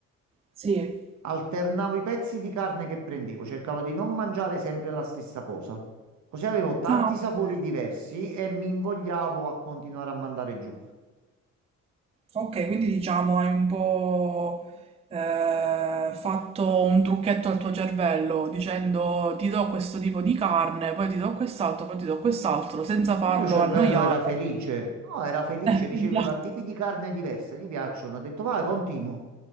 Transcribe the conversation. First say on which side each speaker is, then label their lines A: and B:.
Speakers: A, on the right (about 20°); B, on the right (about 70°).
A: Sì.
B: alternavo i pezzi di carne che prendevo, cercavo di non mangiare sempre la stessa cosa. Così avevo tanti
A: Ah, ok.
B: sapori diversi e mi invogliavo a continuare a mandare giù.
A: Ok, quindi diciamo hai un po' eh, fatto un trucchetto al tuo cervello dicendo ti do questo tipo di carne, poi ti do quest'altro, poi ti do quest'altro, senza farlo
B: Il mio cervello
A: annoiare.
B: era felice. No, era felice,
A: Eh,
B: riceveva
A: <laughs> esatto.
B: tipi di carne diversa, gli piacciono. Ho detto, vai, continuo.